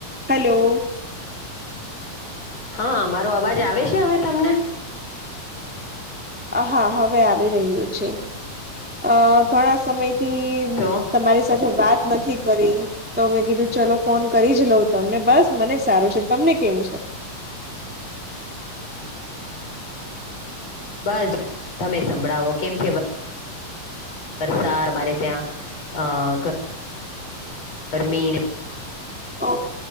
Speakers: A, in the centre; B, on the left.
A: Hello.
B: હા અમારો અવાજ આવે છે, હવે તમને.
A: હ હા, હવે આવી રહ્યું છે, અ ઘણા સમય થી,
B: તો
A: તમારી સાથે વાત નથી. કરી તો મેં કીધું ચલો ફોન કરી જ લઉં તમને બસ મને સારું છે, તમને કેમ છે.
B: <inaudible> બસ તમે સંભળાવો કેમ છે. વરસાદ મારે ત્યા અ બરમીને
A: હ